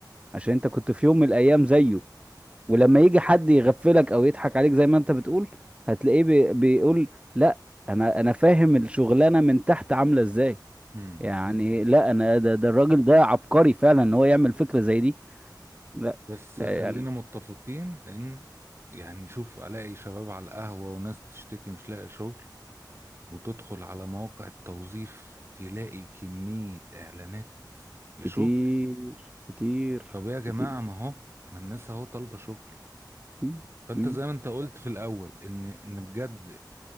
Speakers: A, on the right; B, on the right.
A: عشان انت كنت في يوم من الايام زيه ولما يجي حد يغفلك او يضحك عليك زي ما انت بتقول هتلاقيه بي بيقول لا انا انا فاهم الشغلانه من تحت عامله ازاي
B: امم
A: يعني لا انا ده, ده الراجل ده عبقري فعلا ان هو يعمل فكره زي دي لا
B: بس
A: لا
B: خلينا
A: يعني
B: متفقين ان يعني شوف الاقي شباب على القهوة وناس بتشتكي مش لاقي شغل وتدخل على مواقع التوظيف تلاقي كمية اعلانات لشغل
A: كتير كتير
B: طب يا جماعة
A: كتير
B: ما هو ما الناس اهو طالبة شغل
A: م-
B: فانت
A: م-
B: زي ما انت قلت في الاول ان ان بجد